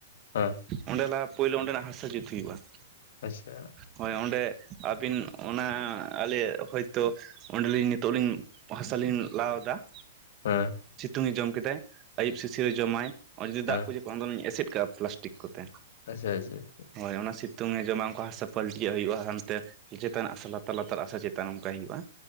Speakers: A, on the left; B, on the right.
A: ᱦᱮᱸ
B: ᱚᱸᱰᱮ ᱞᱟᱦᱟ ᱯᱳᱭᱞᱳ ᱚᱸᱰᱮᱱᱟᱜ ᱦᱟᱥᱟ ᱡᱩᱛ ᱦᱩᱭᱩᱜᱼᱟ ᱾
A: ᱟᱪᱪᱷᱟ ᱾
B: ᱦᱳᱭ ᱚᱸᱰᱮ ᱟᱵᱤᱱ ᱚᱱᱟ ᱟᱞᱮ ᱦᱚᱭᱛᱳ ᱚᱸᱰᱮ ᱞᱤᱧ ᱱᱤᱛᱚᱜ ᱞᱤᱧ ᱼᱼ ᱛᱟᱞᱤᱧ ᱞᱟᱣ ᱫᱟ ᱾
A: ᱦᱮᱸ ᱾
B: ᱪᱷᱤᱛᱩᱝ ᱮ ᱡᱚᱢ ᱠᱮᱫᱟᱭ ᱟᱹᱭᱩᱵ ᱥᱤᱥᱤᱨ ᱮ ᱡᱚᱢᱟᱭ ᱚ ᱡᱩᱫᱤ
A: ᱦᱮᱸ
B: ᱫᱟᱜ ᱠᱚ ᱼᱼ ᱠᱚᱱ ᱫᱚᱞᱤᱧ ᱮᱥᱮᱫ ᱠᱟᱜᱼᱟ ᱯᱞᱟᱥᱴᱤᱠ ᱠᱚᱛᱮ ᱾
A: ᱟᱪᱪᱷᱟ ᱟᱪᱪᱷᱟ ᱟᱪᱪᱷᱟ ᱾
B: ᱦᱳᱭ ᱚᱱᱟ ᱥᱤᱛᱩᱝ ᱮ ᱡᱚᱢᱟ ᱚᱝᱠᱟ ᱦᱟᱥᱟ ᱯᱟᱹᱞᱴᱤᱭᱟᱜ ᱦᱩᱭᱩᱜᱼᱟ ᱦᱟᱱᱛᱮ ᱾ ᱪᱮᱛᱟᱱᱟᱜ ᱦᱟᱥᱟ ᱞᱟᱛᱟᱨ ᱞᱟᱛᱟᱨ ᱦᱟᱥᱟ ᱪᱮᱛᱟᱱ ᱚᱱᱠᱟᱭ ᱦᱩᱭᱩᱜᱼᱟ